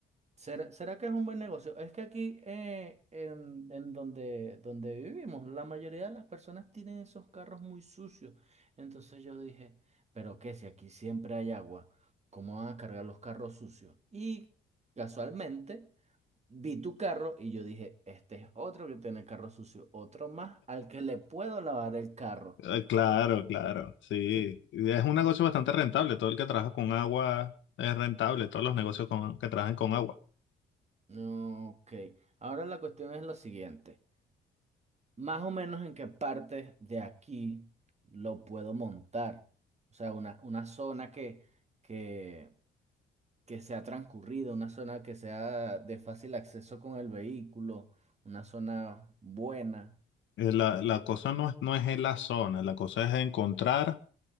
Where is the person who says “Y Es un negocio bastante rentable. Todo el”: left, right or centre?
Left